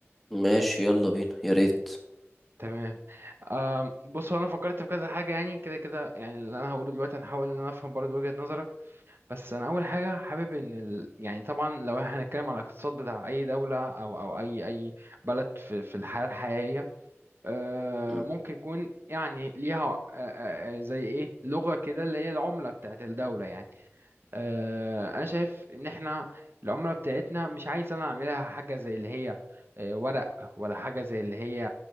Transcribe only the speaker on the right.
تمام أم، بص هو انا فكرت في كذا حاجه يعني كده كده يعني اللي انا هقوله دلوقتي هنحاول ان انا افهم برضو وجهه نظرك بس انا اول حاجه حابب ان ال... يعني طبعا لو هنتكلم على الاقتصاد بتاع اي دوله او او اي اي بلد في في الحياه الحقيقيه أه،
ممكن يكون يعني ليها أه، أه، أه، زي ايه لغه كده اللي هي العمله بتاعت الدوله يعني آه، انا شايف ان احنا العمله بتاعتنا مش عايز انا اعملها حاجه زي اللي هي آه، ورق ولا حاجه زي اللي هي